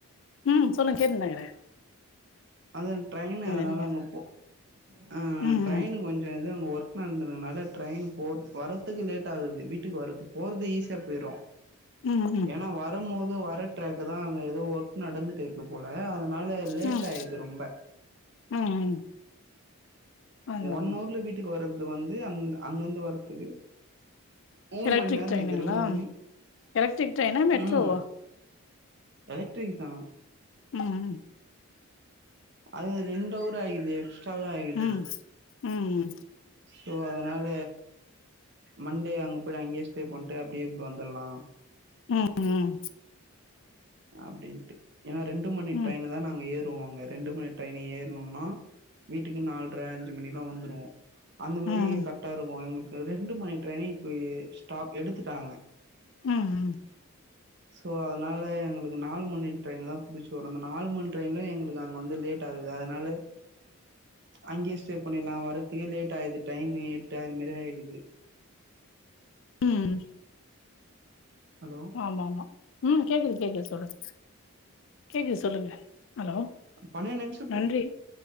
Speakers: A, on the left; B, on the right.
A: ம் சொல்லுங்க கேட்டுன்னு தான் இருக்குறோ
B: அங்க ட்ரெயினு அதனால
A: எனக்கு
B: அங்கே போ ஆ
A: ம் ம்
B: ட்ரெயினு கொஞ்ச இது அங்க ஒர்க் நடந்துடுங்கனால ட்ரெயின் போ வரறதுக்கு லேட் ஆகுது வீட்டுக்கு வரது போறது ஈஸியா போய்றோ
A: ம்
B: <inaudible> ஏன்னா வரும் போது வர டிரக்குதா அங்க ஏதோ ஒர்க் நடந்துட்ருக்கு போல அதனால ல லேட்
A: ம்
B: ஆயிருது ரொம்ப
A: ம் ம் அதா
B: ஒன்
A: அதா
B: அவர்ல வீட்டுக்கு வர்து வந்து அந் அந்தந்த வாரதுக்கு மூணு
A: எலக்ட்ரிக்
B: மணி நேரோ
A: ட்ரெயினுங்களா
B: ஆய்ர்து ரெண்டு மணி
A: எலக்ட்ரிக் ட்ரெயினா மெட்ரோவா
B: ம் எலக்ட்ரிக்தா
A: ம் ம்
B: அது ரெண்டு அவரு ஆயிருது எக்ஸ்ட்ராவே ஆய்ருது
A: ம் ம்
B: சோ அதனால மண்டே அங்க போய்ட அங்கே ஸ்டே பண்ட்டு அப்டியே இப் வந்தர்லா
A: ம் ம்
B: அப்டின்ட்டு ஏன்னா ரெண்டு மணி
A: ம்
B: ட்ரெயின்னுதா நாங்க ஏறுவோ அங்க ரெண்டு மணி ட்ரெயின் ஏருனோன்னா வீட்டுக்கு நால்ர அஞ்சு மணியெல்லா வந்துருவோ அந்த மாரி
A: ம் ம்
B: கட் ட்டா இருக்கு எங்களுக்கு ரெண்டு மணி ட்ரைன்னு இப்ப ஏ ஸ்டாப் எடுத்துட்டாங்க
A: ம் ம்
B: சோ அதனால எனக் அதுக்கு நாலு மணி ட்ரெயின்தா புடிச்சு வரனு அந்த நாலு மணி ட்ரெயல எங்களுக்கு அங்கேந்து லேட் ஆகுது அதனால அங்யே ஸ்டே பன்னீர்லா வர்றதுக்கே லேட் ஆயுது டைம் எட்டு அது மாரி ஆயிடுது
A: ம்
B: ஹலோ
A: ஆம்மாம்மா ம் கேக்குது கேக்குது சொல்லுங் கேக்குது சொல்லுங்க ஹலோ
B: பன்னிரெண்டு நிம்ஷ்ப்பு
A: நன்றி